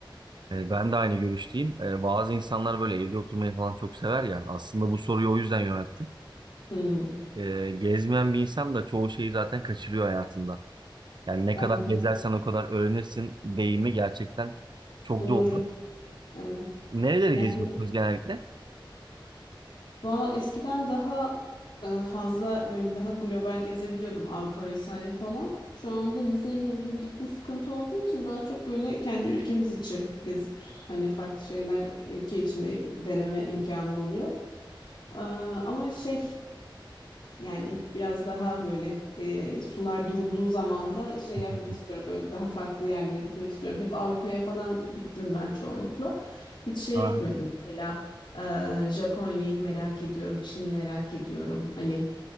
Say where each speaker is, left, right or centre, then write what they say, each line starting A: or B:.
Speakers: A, on the right (about 60°); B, on the left (about 65°).
A: Ee, ben de aynı görüşteyim. Ee, bazı insanlar böyle evde oturmayı falan çok sever ya. Aslında bu soruyu o yüzden yönelttim.
B: Hmm,
A: Ee, gezmeyen bir insan da çoğu şeyi zaten kaçırıyor hayatında. Yani ne
B: bence
A: kadar gezersen o kadar öğrenirsin deyimi gerçekten çok
B: doğru.
A: doğru.
B: Evet.
A: Nereleri
B: Yani
A: geziyorsunuz genellikle?
B: valla eskiden daha e, fazla böyle daha global gezebiliyordum Avrupa vesaire falan. Şu anda vizeyle ilgili ciddi sıkıntı olduğu için daha çok böyle kendi ülkemiz içi gezip hani farklı şeyler ülke içinde deneme imkanı oluyor. Ee, ama şey Yani biraz daha böyle e, sular durulduğu zaman da şey
A: <laughs>
B: yapmak istiyorum. Böyle daha farklı yerlere gitmek istiyorum. Hep Avrupa'ya falan gittim ben çoğunlukla. Hiç şeye
A: Ah,
B: gitmedim mesela. e, Japonya'yı merak ediyorum. Çin'i merak ediyorum. Hani